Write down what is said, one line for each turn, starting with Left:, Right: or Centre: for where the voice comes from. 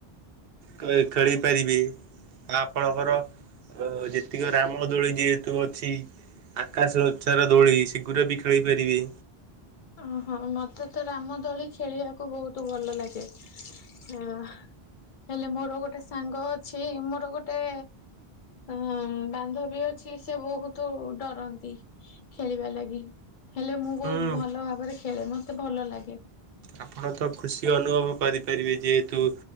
Right: କଏ ଖେଳି ପାରିବେ ଆ ଆପଣଙ୍କର ଆ ଯେତିକ ରାମ ଦୋଳି ଯେହେତୁ ଅଛି। ଆକାଶ ଓଚାର ଦୋଳି ସେଗୁରା ବି ଖେଳି ପାରିବେ।
Left: ଓହୋ ମତେ ତ ରାମ ଦୋଳି ଖେଳିବାକୁ ବହୁତ ଭଲ ଲାଗେ ହଁ। ହେଲେ ମୋର ଗୋଟେ ସାଙ୍ଗ ଅଛି ମୋର ଗୋଟେ ଅ ବାନ୍ଧବୀ ଅଛି ସେ ବହୁତୁ ଡ଼ରନ୍ତି। ଖେଳିବା ଲାଗି ହେଲେ ମୁଁ
Right: ହୁଁ
Left: ବହୁ ଭଲ ଭାବରେ ଖେଳେ ମତେ ଭଲ ଲାଗେ।
Right: ଆପଣ ତ ଖୁସି ଅନୁଭବ କରିପାରିବେ ଯେଏତୁ